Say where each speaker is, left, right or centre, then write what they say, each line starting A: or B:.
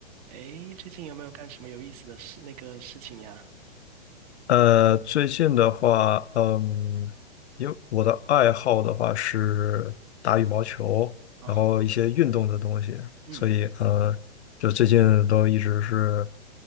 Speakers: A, on the right; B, on the left.
A: 诶，最近有没有干什么有意思的事，那个事情呀？
B: 呃，最近的话，嗯，因为我的爱好的话是打羽毛球，
A: 哦，
B: 然后一些运动的东西，
A: 嗯，
B: 所以呃，就最近都一直是